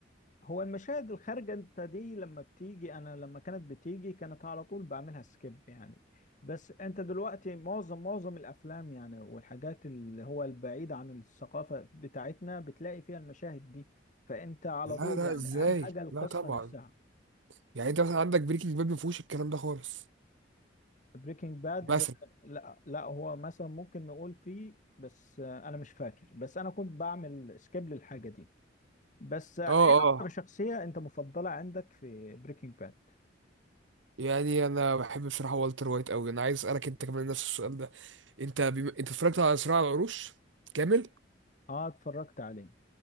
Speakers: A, on the left; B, on the right.
A: هو المشاهد الخارجة انت دي لما بتيجي انا لما كانت بتيجي كانت على طول بعملها سكيب يعني بس انت دلوقتي معظم معظم الافلام يعني والحاجات اللي هو البعيدة عن الثقافة بتاعتنا بتلاقي فيها المشاهد دي فانت على
B: لا
A: طول
B: لا
A: يعني
B: ازاي
A: اهم حاجة القصة
B: لا طبعا
A: نفسها
B: يعني انت مثلا عندك بريكنج باد ما فيهوش الكلام ده خالص
A: بريكنج باد
B: مثلا
A: لا لا هو مثلا ممكن نقول فيه بس آه، انا مش فاكر بس انا كنت بعمل سكيب للحاجة دي بس آه،
B: اه
A: ايه
B: اه
A: اكتر شخصية انت مفضلة عندك في بريكنج باد
B: يعني انا بحب بصراحة والتر وايت قوي انا عايز اسألك انت كمان نفس السؤال ده انت بم... انت اتفرجت على صراع العروش كامل
A: اه اتفرجت عليه